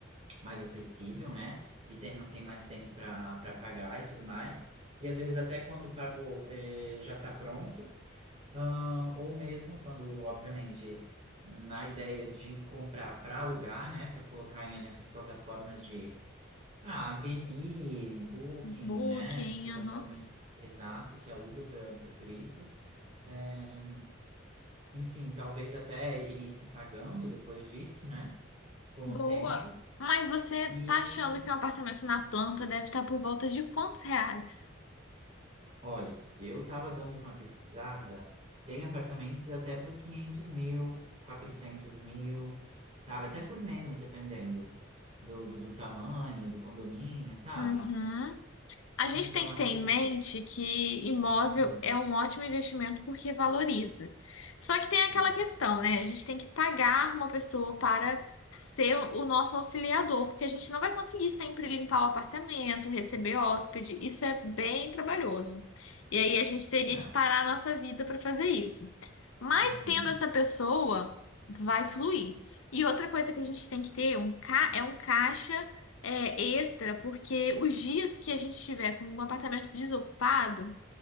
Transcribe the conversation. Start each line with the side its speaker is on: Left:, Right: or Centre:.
Right: mais acessível, né? E tem, tem mais tempo para para pagar e tudo mais. E às vezes até quando pagou eh, já está pronto. Ah, ou mesmo quando, obviamente, na ideia de comprar para alugar, né? Para colocar em nessas plataformas de ah, Airbnb, Booking,
Left: Booking,
Right: né? Essas plataformas
Left: aham.
Right: exato que aluga para os turistas. É, enfim, talvez até ele ir se pagando depois disso, né? Com
Left: Boa.
Right: o tempo.
Left: Mas você
Right: E
Left: tá achando que um apartamento na planta deve estar por volta de quantos reais?
Right: olha, eu estava dando uma pesquisada, tem apartamentos até por 500 mil, 400 mil, sabe? Até por menos, dependendo do, do, do tamanho, do condomínio, sabe?
Left: Uhum. A gente
Right: Então,
Left: tem que
Right: assim.
Left: ter em mente que imóvel
Right: hum,
Left: é um ótimo investimento porque valoriza. Só que tem aquela
Right: exato.
Left: questão, né? A gente tem que pagar uma pessoa para ser o nosso auxiliador, porque a gente não vai conseguir sempre limpar o apartamento, receber hóspede. Isso é bem trabalhoso. E aí a gente teria
Right: É.
Left: que parar a nossa vida para fazer isso. Mas
Right: uhum.
Left: tendo essa pessoa, vai fluir. E outra coisa que a gente tem que ter um ca- é um caixa é, extra, porque os dias que a gente tiver com um apartamento desocupado,